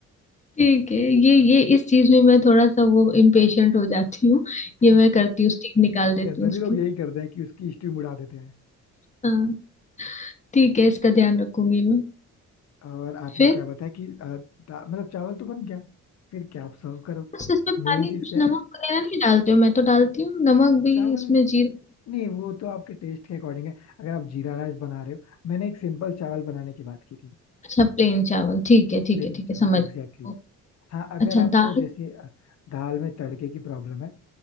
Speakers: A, on the left (about 25°); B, on the left (about 60°).
A: ठीक है ये ये इस चीज में मैं थोड़ा सा वो इम्पेशेंट हो जाती हूँ
B: हाँ
A: ये मैं करती हूँ स्टीम निकाल देती
B: जनरली
A: हूँ उसकी
B: लोग यही करते हैं कि उसकी स्टीम उड़ा देते हैं
A: हाँ ठीक है इसका ध्यान रखूंगी मैं
B: और आपने
A: फिर
B: क्या बताया कि अ, दा- मतलब चावल तो बन गया फिर क्या आप सर्व करो
A: बस इसमें पानी
B: मेन चीज
A: कुछ
B: क्या
A: नमक
B: है
A: वगैरह नहीं डालते हो मैं तो डालती हूँ नमक भी
B: चावल
A: इसमें जीर
B: नहीं वो तो आपके टेस्ट के अकॉर्डिंग है अगर आप जीरा राइस बना रहे हो मैंने एक सिंपल चावल बनाने की बात की थी
A: अच्छा प्लेन चावल ठीक है ठीक
B: प्लेन
A: है ठीक
B: चावल
A: है समझ
B: एग्जैक्टली
A: गई।
B: exactly. हाँ अगर
A: अच्छा
B: आपको
A: दाल
B: जैसे अ, दाल में तड़के की प्रॉब्लम है